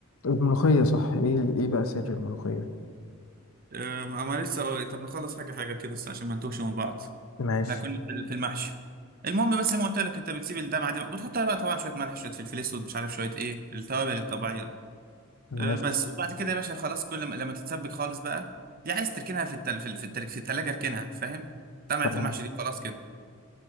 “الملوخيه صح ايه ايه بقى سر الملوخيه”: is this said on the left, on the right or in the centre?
Left